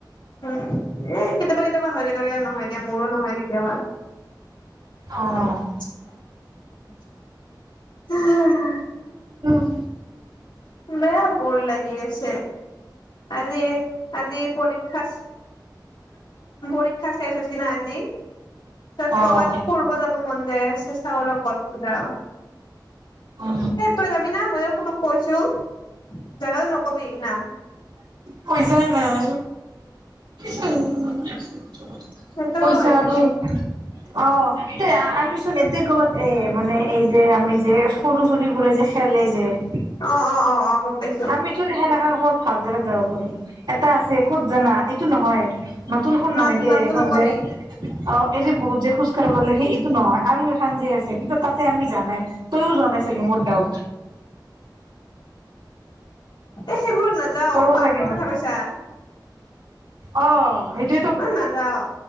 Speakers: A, on the left; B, on the right.
A: উম উম' কেতিয়াবা কেতিয়াবা হয় কেতিয়াবা নহয় দে মোৰো নহয় কেতিয়াবা।
B: অঁ'
A: <unintelligible>
B: অ
A: বেয়া বৰ লাগি আছে। আজি এ আজি পৰীক্ষাচ- পৰীক্ষা শেষ হৈ হৈছে না আজি পিচত
B: অ',
A: কৰ'বাত ফুৰব যাব- মন যায় আছে, চাওঁ ৰ কত যাওঁ।
B: উম,
A: তই যাবিনা মই তোক কৈছো। জেগাটো নকবি নাম।
B: পইছাই নাই <unintelligible>
A: সেইটো
B: পইছাতো
A: হয় দেচোন
B: অঁ এই আ আনি- চোন এইটো ক'বাত এ মানে এই যে আমি যে সৰু চলিবোৰে যে খেলে যে-
A: অঁ অঁ অঁ অঁ গম- পাইছো
B: আমিচোন সেনেকা ক'ত ভাল জেগাত যাব পাৰো এটা আছে ক'ত জানা? এইটো নহয়- নতুনখন নহয়
A: নাম
B: দে,
A: নামটো
B: এইখন
A: নকবি
B: যে- অ' এই যে বহুত যে খোজ কাঢ়িব লাগে এইটো নহয় আৰু এখন যে আছে কিন্তু তাতে আমি যোৱানাই। তইও যোৱা নাই চাগে মোৰ ডাউট।
A: এ সেইবোৰত নাযাওঁ
B: তইও
A: পাৰ্কৰ
B: চাগে
A: কথা কৈছা।
B: অঁ সেইটো-
A: অ' নাযাওঁ